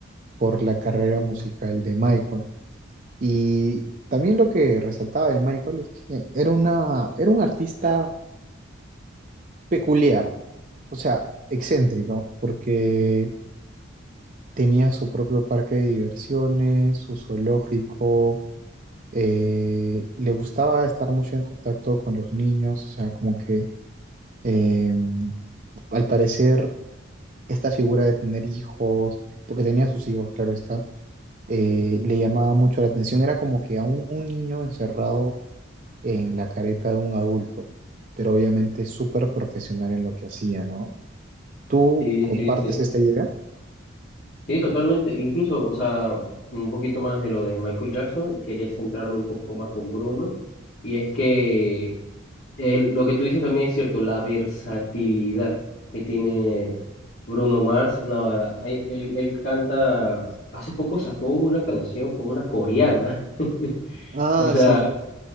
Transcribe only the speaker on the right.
por la carrera musical de Michael. Y también lo que resaltaba de Michael es que era una, era un artista peculiar o sea, excéntrico, porque tenía su propio parque de diversiones, su zoológico, eh, le gustaba estar mucho en contacto con los niños, o sea, como que eh, al parecer esta figura de tener hijos, porque tenía sus hijos, claro está, eh, le llamaba mucho la atención, era como que a un, un niño encerrado en la careta de un adulto, pero obviamente súper profesional en lo que hacía, ¿no? ¿Tú
Sí. compartes
esta idea?
Ah,
sí.